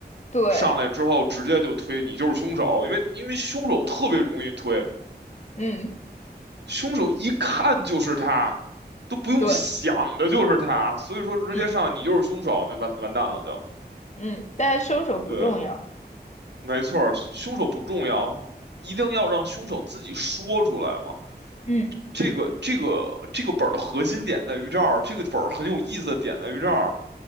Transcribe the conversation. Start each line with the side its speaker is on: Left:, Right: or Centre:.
Left: 对，
Right: 上来之后直接就推你就是凶手，因为因为凶手特别容易推，
Left: 嗯，
Right: 凶手一看就是他，都不用想的就是他，
Left: 对，
Right: 所以说直接上来你就是凶手，
Left: 嗯
Right: 那完完蛋了就。
Left: 嗯，但是凶手不重要。
Right: 对，没错儿，凶手不重要，一定要让凶手自己说出来嘛。
Left: 嗯
Right: 这个这个这个本儿的核心点在于这儿，这个本儿很有意思的点在于这儿，